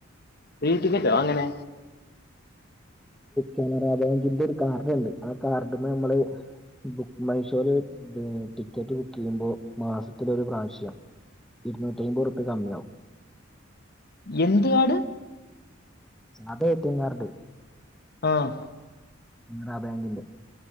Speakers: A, on the left; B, in the centre.
A: ഫ്രീ ടിക്കറ്റോ അതെങ്ങനെ
B: കാനറാ ബാങ്കിന്റെ ഒരു കാർഡ് ഉണ്ട് ആ കാർഡിന് നമ്മള് ബുക്ക് മൈസൂര് ടിക്കറ്റ് ബുക്ക് ചെയ്യുമ്പോൾ മാസത്തിലൊരു പ്രാവശ്യ ഇരുന്നൂറ്റി അയ്മ്പത്റുപ്യ കമ്മിയാവും
A: എന്ത്‌ കാർഡ്
B: അതാ ഏ റ്റി യം കാർഡ്
A: ആഹ്
B: കനറ ബാങ്കിന്റെ